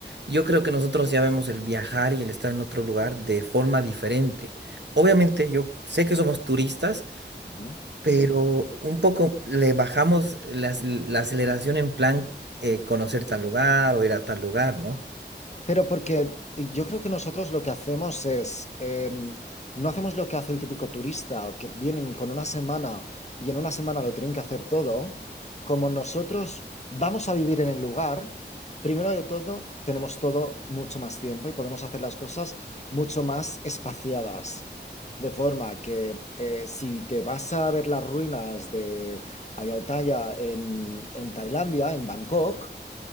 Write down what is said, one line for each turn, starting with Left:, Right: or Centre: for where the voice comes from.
Right: yo creo que nosotros ya vemos el viajar y el estar en otro lugar de forma diferente. Obviamente yo sé que somos turistas
Left: Ujú.
Right: pero un poco le bajamos la, ac- la aceleración en plan eh, conocer tal lugar o ir a tal lugar, ¿no?
Left: Pero porque yo creo que nosotros lo que hacemos es, em, no hacemos lo que hace el típico turista, que vienen con una semana y en una semana lo tienen que hacer todo. Como nosotros vamos a vivir en el lugar, primero de todo, tenemos todo mucho más tiempo y podemos hacer las cosas mucho más espaciadas. De forma que eh, si te vas a ver las ruinas de Ayutthaya en, en Tailandia, en Bangkok,